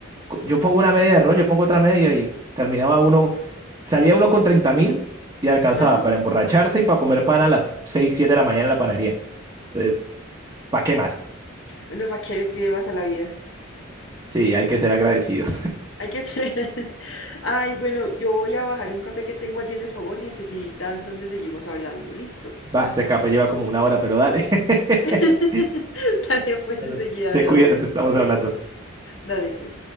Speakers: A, on the right (about 20°); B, on the left (about 65°).
A: co- yo pongo una media de ron, yo pongo otra media y terminaba uno, salía uno con treinta mil y alcanzaba
B: Ajá.
A: para emborracharse y para comer pan a las 6 7 de la mañana en la panadería. Entonces, ¿para qué más?
B: Bueno, ¿para qué le pide más a la vida?
A: Sí, hay que ser agradecido.
B: Hay que ser. <laughs> Ay, bueno, yo voy a bajar un café que tengo allí en el fogón y enseguidita entonces seguimos hablando. Listo.
A: Va, ese café lleva como una hora, pero dale. <laughs>
B: <laughs> Dale, pues
A: Dale,
B: enseguida
A: Te
B: hablamos.
A: cuidas, estamos hablando.
B: Dale, pues.